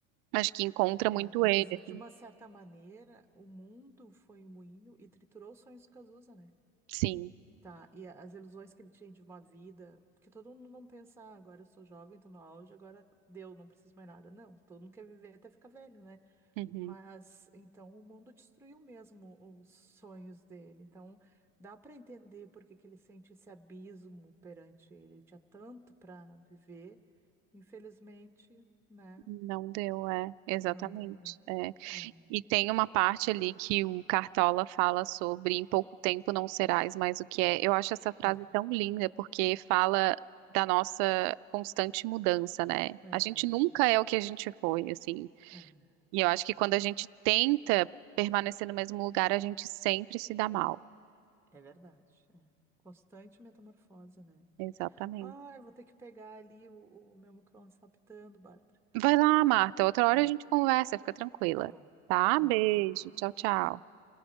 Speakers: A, on the right; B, in the centre.
A: acho que encontra
B: É,
A: muito
B: mas
A: ele, assim.
B: de uma certa maneira, o mundo foi um moinho e triturou os sonhos do Cazuza, né?
A: Sim.
B: Tá, e a- as ilusões que ele tinha de uma vida, porque todo mundo não pensa, "Ah, agora eu sou jovem, tô no auge, agora deu, não preciso mais nada. Não, todo mundo quer viver até ficar velho, né?
A: Uhum.
B: Mas então o mundo destruiu mesmo os sonhos dele. Então dá para entender por que que ele sente esse abismo perante ele. Ele tinha tanto para viver, infelizmente, né?
A: Não deu, é, exatamente.
B: Não deu, é.
A: é.
B: É.
A: E tem uma parte ali que o Cartola fala sobre em pouco tempo não serás mais o que é. Eu acho essa frase
B: É.
A: tão linda porque fala da nossa constante mudança, né?
B: É,
A: A gente nunca é o que a gente foi, assim.
B: é,
A: E eu acho que quando a gente tenta permanecer no mesmo lugar, a gente sempre se dá mal.
B: é verdade. é. Constante metamorfose, né?
A: Exatamente.
B: Ai, vou ter que pegar ali, o, o meu micro-ondas tá pitando, Bárbara.
A: Vai lá, Marta, outra hora
B: Tá,
A: a gente conversa,
B: tá,
A: fica tranquila.
B: tá bom.
A: Tá?
B: Tá,
A: Beijo,
B: beijo.
A: tchau, tchau.
B: Tchau.